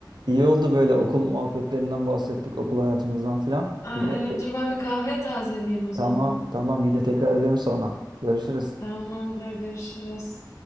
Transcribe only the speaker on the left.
Aa,
evet,
dur ben bir kahve tazeleyeyim o zaman.
Tamamdır, görüşürüz.